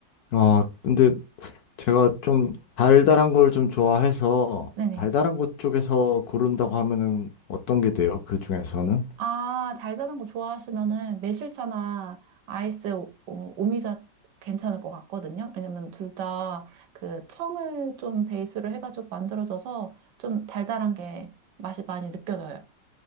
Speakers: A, on the left; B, on the right.
A: 아, 근데 제가 좀 달달한 걸 좀 좋아해서
B: 네네.
A: 달달한 것 쪽에서 고른다고 하면은 어떤 게 돼요? 그 중에서는?
B: 아, 달달한 거 좋아하시면은 매실차나 아이스 오, 미자 괜찮을 것 같거든요. 왜냐면 둘 다 그 청을 좀 베이스로 해가지고 만들어져서 좀 달달한 게 맛이 많이 느껴져요.